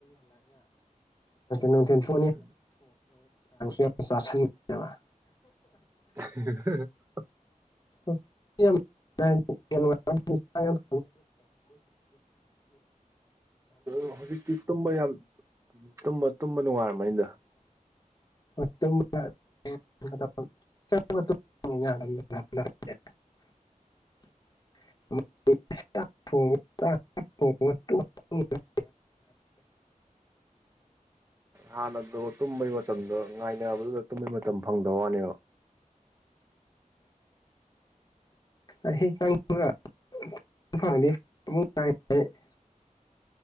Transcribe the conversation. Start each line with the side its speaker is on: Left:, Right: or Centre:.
Left: ꯅꯨꯡꯗꯥꯡꯁꯨ
Right: ꯎꯝ
Left: ꯌꯥꯝ ꯆꯥꯁꯟꯗꯕ <inaudible>
Right: <inaudible>
Left: <inaudible>
Right: ꯑ ꯍꯧꯖꯤꯛꯇꯤ ꯇꯨꯝꯕ ꯌꯥꯝ ꯇꯨꯝꯕ ꯇꯨꯝꯕ ꯅꯨꯡꯉꯥꯏꯔꯝꯃꯥꯅꯤꯗ
Left: <inaudible> <inaudible> <inaudible>
Right: ꯍꯥꯟꯅꯗꯕꯨ ꯇꯨꯝꯕꯩ ꯃꯇꯝꯗꯣ ꯉꯥꯏꯅꯕꯗꯨꯗ ꯇꯨꯝꯕꯩ ꯃꯇꯝ ꯐꯪꯗꯕ ꯋꯥꯅꯦꯕ
Left: <inaudible>